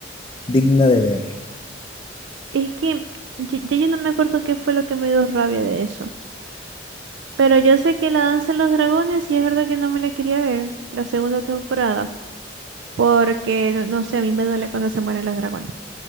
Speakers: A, on the left; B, on the right.
A: digna de ver.
B: Es que ya, ya yo no me acuerdo qué fue lo que me dio rabia de eso. Pero yo sé que la danza de los dragones, sí es verdad que no me la quería ver, la segunda temporada. porque no, no sé, a mí me duele cuando se mueren los dragones.